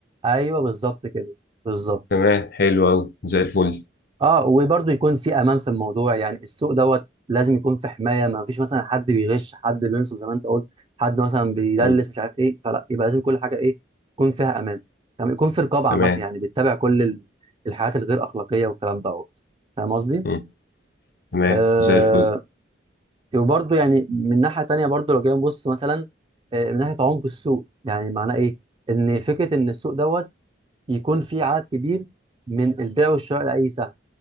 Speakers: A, on the right (about 30°); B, on the left (about 55°).
A: ايوه بالظبط كده بالظبط
B: تمام حلو قوي زي الفل
A: اه وبرضه يكون في امان في الموضوع يعني السوق دوت لازم يكون في حمايه ما فيش مثلا حد بيغش حد بينصب زي ما انت قلت حد مثلا بيدلس
B: امم
A: مش عارف ايه فلا يبقى لازم كل حاجه ايه يكون فيها امان تمام يكون في رقابه عامه
B: تمام
A: يعني بتتابع كل ال- الحاجات الغير اخلاقيه والكلام دوت فاهم قصدي؟
B: امم تمام
A: آه
B: زي الفل
A: وبرضه يعني من ناحيه تانيه برضه لو جينا نبص مثلا آه، من ناحيه عمق السوق يعني معناه ايه؟ ان فكره ان السوق دوت يكون في عدد كبير من البيع والشراء لاي سهم